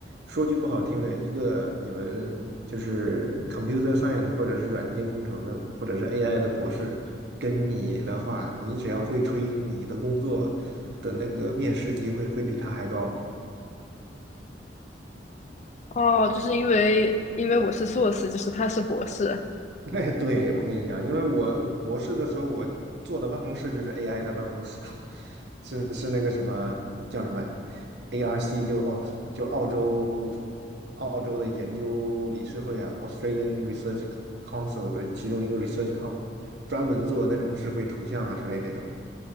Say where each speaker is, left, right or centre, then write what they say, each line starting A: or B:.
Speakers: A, on the right; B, on the left.
A: 说句不好听的，一个你们就是 computer science 或者是软件工程的，或者是 AI 的博士，跟你的话，你只要会吹，你的工作的那个面试机会会比他还高。
B: 哦，就是因为因为我是硕士，就是他是博士。
A: <laughs> 对，对，我跟你讲，因为我博士的时候，我坐的办公室就是 AI 的办公室，<laughs> 是是那个什么叫什么 ARC，就澳就澳洲澳洲的研究理事会啊，Australian Research Council 的其中一个 research hub，专门做那种智慧图像啊之类那种。